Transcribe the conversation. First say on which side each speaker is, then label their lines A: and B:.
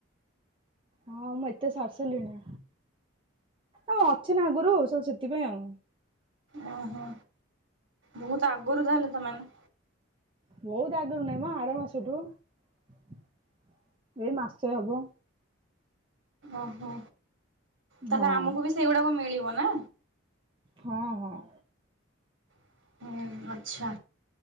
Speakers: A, on the right (about 25°); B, on the right (about 60°).
A: ହଁ ମତେ ଏତେ ସାରିସିଲିଣି ଆଉ ଅଛି ନା ଆଗରୁ ସୁ ସେଥିପାଇଁ ଆଉ
B: ଓ ହୋ ବହୁତ ଆଗରୁ ତାହଲେ ତମାନେ
A: ହଉଦାଗରୁ ନାଇମା ଆରାମସ ଏଇ ମାସଛ ହବ
B: ଓହୋ ତାହେଲେ
A: ହଁ
B: ଆମକୁ ବି ସେଇଗୁଡାକୁ ମିଳିବ କ ନା
A: ହଁ ହଁ
B: ହୁଁ ଆଚ୍ଛା